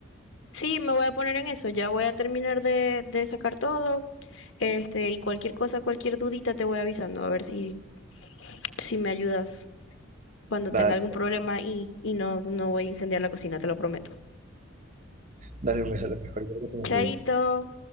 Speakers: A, on the left; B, on the right.
A: Sí, me voy a poner en eso. Ya voy a terminar de, de sacar todo. Este, y cualquier cosa, cualquier dudita te voy avisando. A ver si, si me ayudas cuando
B: Dale,
A: tenga algún problema y, y no, no voy a incendiar la cocina, te lo prometo.
B: dale, pues, dale, mejor. Yo creo que se me
A: Chaito.
B: olvidó.